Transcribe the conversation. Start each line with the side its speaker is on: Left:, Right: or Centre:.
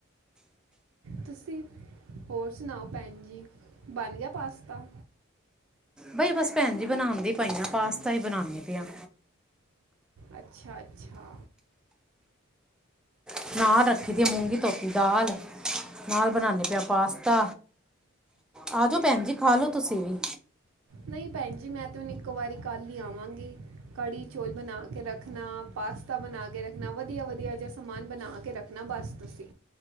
Right: ਤੁਸੀਂ ਹੋਰ ਸੁਣਾਓ ਭੈਣ ਜੀ, ਬਣ ਗਿਆਂ ਪਾਸਤਾ?
Centre: ਬਈ ਬਸ ਭੈਣ ਜੀ, ਬਣਾਉਂਦੀ ਪਈ ਆ, ਪਾਸਤਾ ਹੀ ਬਣਾਉਂਦੀ ਪਈਆਂ।
Right: ਅੱਛਾ, ਅੱਛਾ।
Centre: ਨ ਨਾਲ ਰੱਖੀਂ ਦੀ
Right: ਉਹ
Centre: ਮੂੰਗੀ ਧੋਤੀ ਦਾਲ, ਨਾਲ ਬਨਾਨੀ ਪਈ ਆਂ ਪਾਸਤਾ ਆ ਜਾਓ ਭੈਣ ਜੀ, ਖਾਂ ਲੋੋ ਤੁਸੀਂ ਵੀ।
Right: ਨਹੀਂ ਭੈਣ ਜੀ, ਮੈਂ ਤਾਂ ਹੁਣ ਇੱਕੋ ਵਾਰੀ ਕੱਲ੍ਹ ਹੀ ਆਵਾਂਗੀ। ਕੜੀ ਚੋਲ ਬਣਾਂ ਕੇ ਰੱਖਣਾ, ਪਾਸਤਾ ਬਣਾਂ ਕੇ ਰੱਖਣਾਂ, ਵਧੀਆਂ- ਵਧੀਆਂ ਜਹਾਂ ਸਮਾਂਨ ਬਣਾਂ ਕੇ ਰੱਖ ਨਾ ਬਸ, ਤੁਸੀਂ।